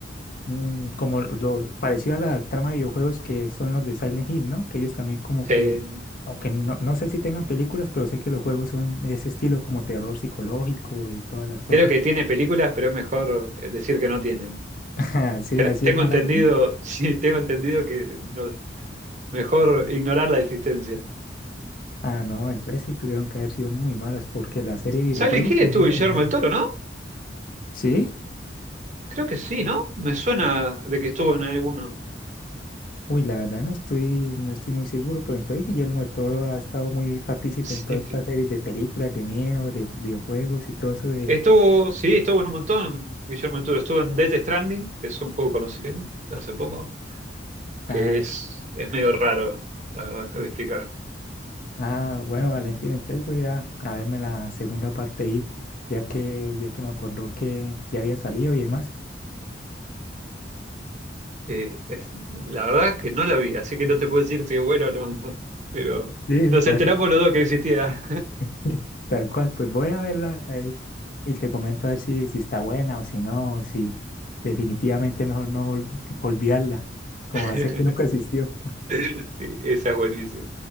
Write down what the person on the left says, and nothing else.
mm, como lo parecido a la trama de videojuegos que son los de Silent Hill, ¿no? Que ellos también como
que, aunque no, no sé si tengan películas, pero sé que los juegos son ese estilo como terror psicológico y todas las cosas.
<laughs> Sí,
así
es maratón.
Ah, no, entonces sí tuvieron que haber sido muy malas porque la serie de videojuegos,
pues,
no,
no.
¿Sí?
Uy, la verdad no estoy, no estoy muy seguro, pero entonces Guillermo del Toro ha estado muy partícipe
en todas estas series de películas, de miedo, de videojuegos y todo eso de...
Ah,
ah, bueno, Valentín, entonces voy a ir a, a verme la segunda parte ahí, ya que, ya que me acordó que ya había salido y demás.
Sí,
por
eso,
<laughs> tal cual, pues voy a verla a ver, y te comento a ver si, si está buena o si no, o si definitivamente mejor no ol- olvidarla, como
hacer que nunca existió.